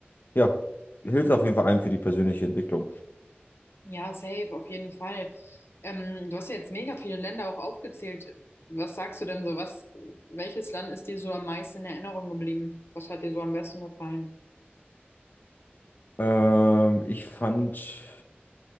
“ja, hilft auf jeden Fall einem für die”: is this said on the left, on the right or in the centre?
Left